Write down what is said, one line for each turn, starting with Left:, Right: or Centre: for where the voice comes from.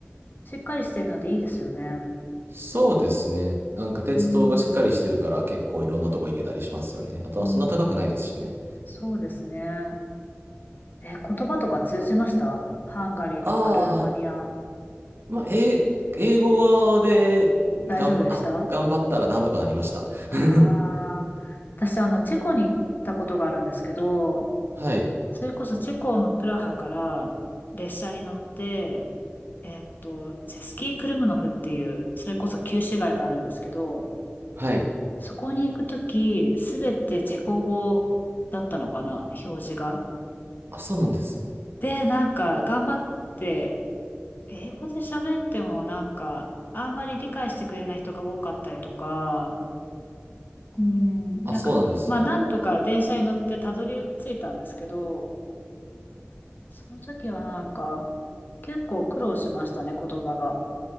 Left: しっかりしているのでいいですよね。
Right: そうですね。なんか鉄道がしっかりしてるから結構いろんなとこ行けたりしますよね。
Left: うん、
Right: あとはそんな高くないですしね。
Left: うん。そうですね。え、言葉とか通じましたハンガリーとかルーマニア。
Right: ああ、まあ、英英語で頑張、
Left: 大丈夫でした
Right: あ、頑張ったらなんとかなりました。
Left: ああー、
Right: <laughs>
Left: 私、あの、チェコに行ったことがあるんですけど、
Right: はい。
Left: それこそチェコのプラハから列車に乗って、えっと、チェスキークルムノフっていう、それこそ旧市街があるんですけど、
Right: はい。
Left: そこに行くとき、すべてチェコ語だったのかな、表示が。
Right: あ、そうなんですね。
Left: で、なんか、頑張って、英語で喋っても、なんか、あんまり理解してくれない人が多かったりとか、うん、
Right: あ、
Left: なんか、
Right: そうなんですね。
Left: まあ、なんとか電車に乗ってたどり着いたんですけど、その時はなんか、結構苦労しましたね、言葉が。